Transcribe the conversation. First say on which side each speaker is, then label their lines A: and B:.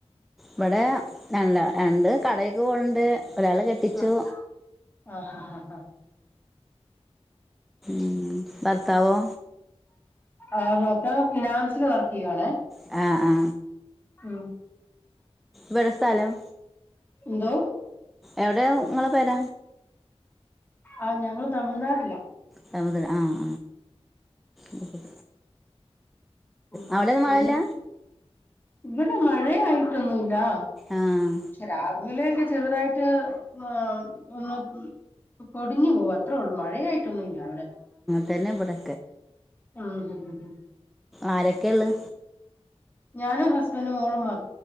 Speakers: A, in the centre; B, on the left.
A: ഇവിടെ അല്ല ണ്ട് കടേക്ക് പോണ്ട് ഒരാളെ കെട്ടിച്ചു
B: ആഹ് ആഹ് ആഹ് ആഹ് ആഹ്
A: ഉം ബർത്താവോ
B: ആ ഭർത്താവ് ഫിനാൻസില് വർക്കെയ്യുവാണേ
A: ആ ആ
B: ആ
A: വിട സ്ഥലം
B: എന്തോ
A: എവിടെയാ ഇങ്ങളെ പെര
B: ആഹ് ഞങ്ങള് തമിഴ്നാട്ട്ലാ
A: സമുദ്രം ആഹ് ആഹ്
B: ഉം ഉം ഉം
A: അവിടെന്നും മഴല്ല
B: ഉം പിന്നെ ഇവിടെ മഴ ആയിട്ടൊന്നുല്ലാ
A: ആഹ്
B: രാവിലേക്കെ ചെറ്തായിട്ട് ഏ ഒന്ന് പൊടിഞ്ഞു പോവാ അത്രേ ഉള്ളൂ മഴയ ആയിട്ടൊന്നുല്ല അവിടെ
A: തെന്നെ ഇബടെ
B: ആ ഹ ഹ ഹ
A: ആരെക്കെള്ളെ
B: ഞാനും ഹസ്ബൻഡും മോളും മാ